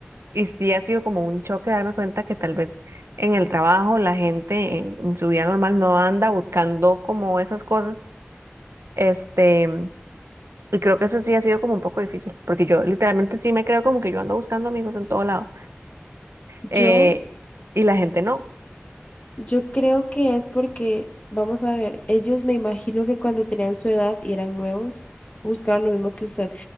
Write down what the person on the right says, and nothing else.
y sí ha sido como un choque darme cuenta que tal vez en el trabajo la gente en en su vida normal no anda buscando como esas cosas. Este, y creo que eso sí ha sido como un poco difícil, porque yo literalmente sí me creo como que yo ando buscando amigos en todo lado, eh,
y la gente no.